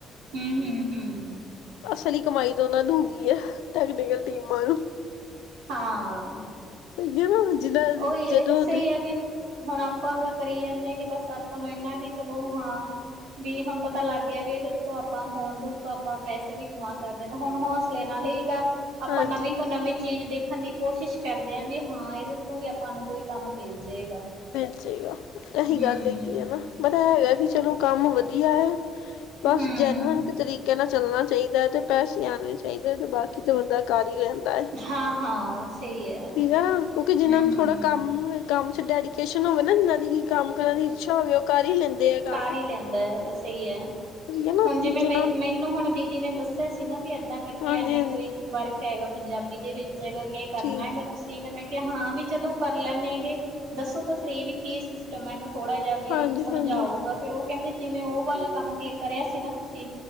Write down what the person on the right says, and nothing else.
ਹਮ, ਹਮ, ਹਮ।
ਹਾਂ।
ਉਹੀ ਹੈਗਾ
ਸਹੀ
ਆ ਵੀ ਹੁਣ ਆਪਾਂ ਕਰੀ ਜਾਂਦੇ ਗ ਬਸ ਆਪਾਂ ਨੂੰ ਇਨਾ ਵੀ ਚਲੋ ਹਾਂ ਵੀ ਹੁਣ ਪਤਾ ਲੱਗ ਗਿਆ ਵੀ, ਇਹਦੇ ਉੱਤੋਂ ਆਪਾਂ ਫੋਨ ਦੇ ਉੱਤੋਂ ਆਪਾਂ ਪੈਸੇ ਵੀ ਕਮਾ ਸਕਦੇ ਹਾਂ, ਤੇ ਹੁਣ ਹੌਸਲੇ ਨਾਲ ਹੀ ਗ ਆਪਾਂ
ਨਵੀਂ ਤੋਂ ਨਵੀਂ ਚੀਜ਼ ਦੇਖ ਰੱਖਣ ਦੀ ਕੋਸ਼ਿਸ਼ ਕਰਦੇ ਹਾਂ ਵੀ ਹਾਂ ਇਹਦੇ ਵੀ ਆਪਾਂ ਨੂੰ ਕੋਈ ਕੰਮ ਮਿਲਦਾ। ਜਾਏਗਾ।
ਹਮ
ਹਮ
ਹਾਂ ਹਾਂ ਸਹੀ ਹੈ
ਹਮ
ਹਮ
ਕਾਰ ਹੀ ਲੈਂਦਾ, ਸਹੀ ਹੈ,
ਹੁਣ ਜਿਵੇਂ
ਮੈਂ
ਮੈਨੂੰ ਹੁਣ ਦੀ ਨੇ ਦੱਸਿਆ ਸੀ ਨਾ, ਵੀ ਅੱ ਕਰਕੇ
ਐਵੇਂ
ਕੋਈ ਵਰਕ ਹੈਗਾ ਪੰਜਾਬੀ ਦੇ ਵਿੱਚ ਜਗਾ ਕੇ ਕਰਨਾ
ਹੈਗਾ ਤੁਸੀਂਗਾ ਮੈਂ ਕਿ ਹਾਂ ਵੀ ਚਲੋ ਕਰ ਲੈੇਗੇ, ਦੱਸੋ ਤਾਂ ਸਰੀ ਵੀ ਕੀ ਸਿਸਟਮ ਹੈਗਾ, ਥੋੜਾ ਜਿਹਾ ਵੀ
ਸਮਝਾਓ।
ਫਿਰ ਉਹ ਕਹਿੰਦੇ ਜਿਵੇਂ ਉਹ ਵਾਲਾ ਕੰਮ ਕਰਿਆ ਸੀ ਨਾ ਤੁਸੀਂ